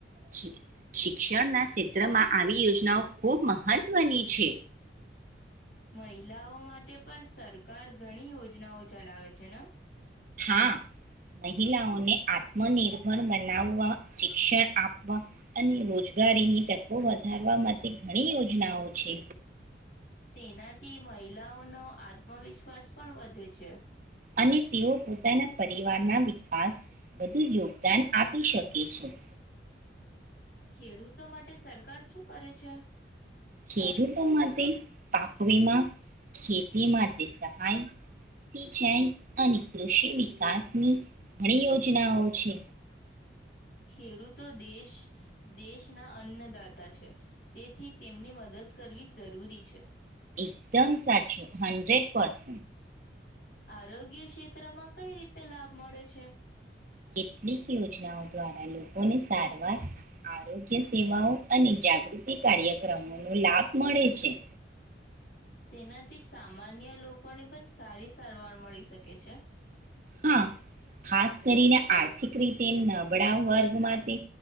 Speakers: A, on the right; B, on the left.
A: શિ શિક્ષણના સેત્રમાં આવી યોજનાઓ ખૂબ મહત્વની છે.
B: મહિલાઓ માટે પણ સરકાર ઘણી યોજનાઓ ચલાવે છે ને?
A: હા, મહિલાઓને આત્મનિર્ભર બનાવવા શિક્ષણ આપવા અને રોજગારીની તકો વધારવા માટે ઘણી યોજનાઓ છે.
B: તેનાથી મહિલાઓનો આત્મવિશ્વાસ પણ વધે છે.
A: અને તેઓ પોતાના પરિવારના વિકાસ વધુ યોગદાન આપી શકે છે.
B: ખેડૂતો માટે સરકાર શું કરે છે?
A: ખેડૂતો માટે પાક વિમા, ખેતી માટે સહાય, સિંચાઈ અને કૃષિ વિકાસની ઘણી યોજનાઓ છે.
B: ખેડૂતો દેશ દેશના અન્નદાતા છે, તેથી તેમની મદદ કરવી જરૂરી છે.
A: એકદમ સાચું, હન્ડ્રેડ પસ
B: આરોગ્ય સેત્રમાં કઈ રીતે લાભ મળે છે?
A: કેટલીક યોજનાઓ દ્વારા લોકોને સારવાર આરોગ્ય સેવાઓ અને જાગૃતિ કાર્યક્રમોનો લાભ મળે છે.
B: તેનાથી સામાન્ય લોકોને પણ સારી સારવાર મળી શકે છે.
A: હા ખાસ કરીને આર્થિક રીતે નબળા વર્ગ માટે